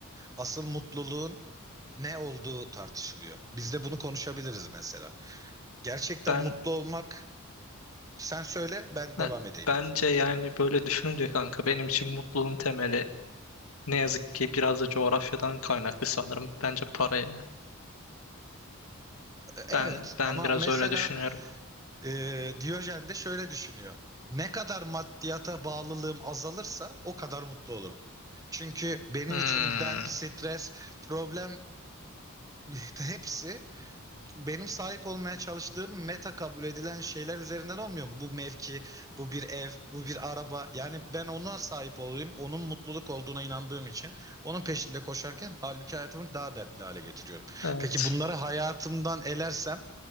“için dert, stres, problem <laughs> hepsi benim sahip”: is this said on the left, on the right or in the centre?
Right